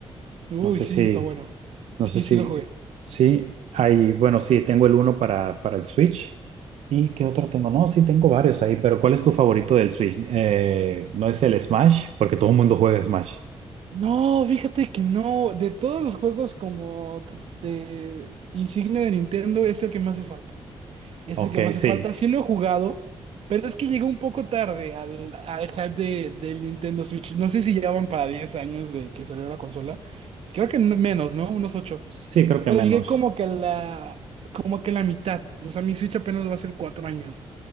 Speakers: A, on the right (about 70°); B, on the right (about 80°).
A: Uy,
B: no sé
A: sí,
B: si,
A: está bueno.
B: no
A: Sí,
B: sé si,
A: sí lo jugué.
B: sí, hay, bueno, sí, tengo el uno para, para el Switch. ¿Y qué otro tengo? No, sí, tengo varios ahí, pero ¿cuál es tu favorito del Switch? Eh, ¿no es el Smash? Porque todo el mundo juega Smash.
A: No, fíjate que no. De todos los juegos como de, de insignia de Nintendo, es el que me hace falta. Es el
B: Ok,
A: que me hace
B: sí,
A: falta. Sí lo he jugado, pero es que llegó un poco tarde al, al hype de, del Nintendo Switch. No sé si ya van para 10 años de que salió la consola. Creo que no- menos, ¿no? Unos ocho
B: sí, creo que
A: Pero
B: menos,
A: llegué como que a la, como que a la mitad. O sea, mi Switch apenas va a ser 4 años.